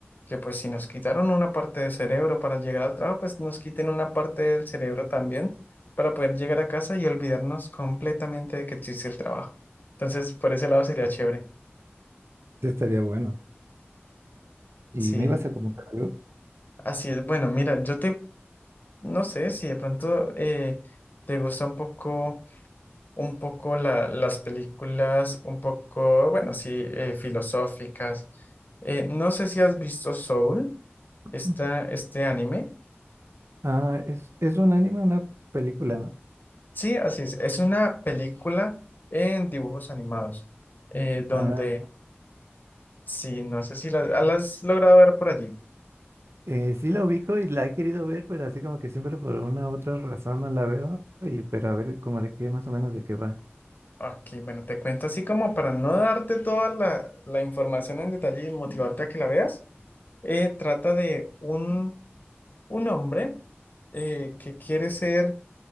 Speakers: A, on the left; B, on the right.
A: que pues si nos quitaron una parte del cerebro para llegar al trabajo, pues nos quiten una parte del cerebro también para poder llegar a casa y olvidarnos completamente de que existe el trabajo. Entonces, por ese lado sería chévere.
B: Sí, estaría bueno. ¿Y
A: Sí,
B: me ibas a comentar algo?
A: así es. Bueno, mira, yo te, no sé si de pronto eh, te gusta un poco un poco la- las películas, un poco, bueno, sí, eh, filosóficas. Eh, no sé si has visto Soul, esta,
B: Mm.
A: este anime.
B: Ah, es, es un anime, una película, ¿no?
A: Sí, así es. Es una película en dibujos animados, eh, donde,
B: Ah,
A: sí, no sé si la, ah, la has logrado ver por allí.
B: Eh, sí la ubico y la he querido ver, pero así como que siempre por una u otra razón no la veo. Y, pero a ver como de qué más o menos de qué va.
A: Ok, bueno, te cuento así como para no darte toda la, la información en detalle y motivarte a que la veas. Eh, trata de un, un hombre eh, que quiere ser